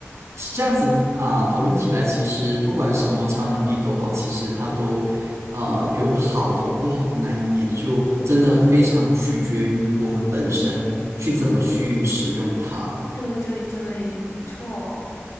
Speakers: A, on the right; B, on the left.
A: 这样子啊，讨论起来，其实不管什么超能力都好，其实它都呃有好和不好的那一面，就真的非常取决于我们本身去怎么去使用它。
B: 对对对，没错，